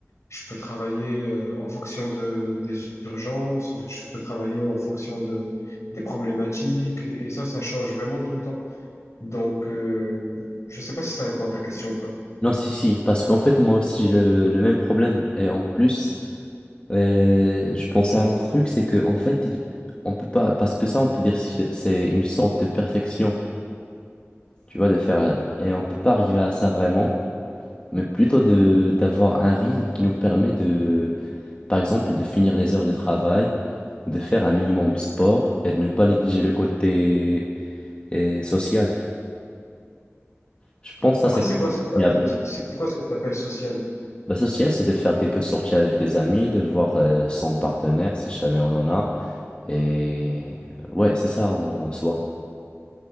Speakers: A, on the left; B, on the left.
A: je peux travailler euh, en fonction de, des urgences, je peux travailler en fonction de, des problématiques, et ça, ça change vraiment tout le temps. Donc, euh, je sais pas si ça répond à ta question ou pas.
B: Non, si, si, parce qu'en fait, moi aussi, j'ai le, le même problème. Et en plus, euh, je pensais à un autre truc, c'est que en fait, il- on peut pas, parce que ça, on peut dire si- c'est une sorte de perfection, tu vois, de faire. Et on peut pas arriver à ça vraiment, mais plutôt de d'avoir un rythme qui nous permet de Par exemple, de finir les heures de travail, de faire un minimum de sport et de ne pas négliger le côté euh, social. Je pense que
A: Après,
B: ça, c'est
A: c'est quoi ce que t'appelles,
B: préférable.
A: c'est quoi ce que t'appelles social?
B: Le social, c'est de faire quelques sorties avec les amis, de voir euh, son partenaire, si jamais on en a. Et ouais, c'est ça en soi.